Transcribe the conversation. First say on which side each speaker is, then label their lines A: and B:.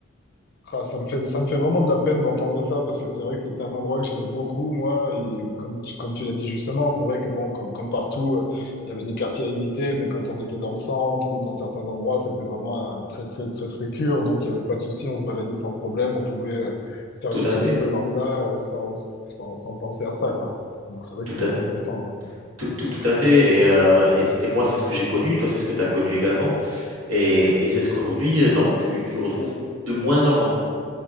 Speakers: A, on the left (about 50°); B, on the right (about 80°).
A: Ah, ça me fait, ça me fait vraiment de la peine d'entendre ça parce que c'est vrai que c'était un endroit que j'aimais beaucoup, moi. Et, comme, tu- comme tu l'as dit justement, c'est vrai que bon, quand- comme partout, euh, il y avait des quartiers à éviter, mais quand on était dans le centre ou dans certains endroits, c'était vraiment euh, très, très, très sécure. Donc il n'y avait pas de souci, on se baladait sans problème, on pouvait euh, faire
B: Tout
A: le touriste
B: à fait,
A: lambda euh, sans, sans, sans penser à ça, quoi. Donc c'est vrai
B: tout
A: que c'est
B: à,
A: c'est embêtant. ouais.
B: tout, tout- tout à fait. Et, euh, et c'était moi, c'est ce que j'ai connu, toi, c'est ce que tu as connu également. Et, et c'est ce qu'aujourd'hui, euh, non, tu, tu retrouves de moins en moins.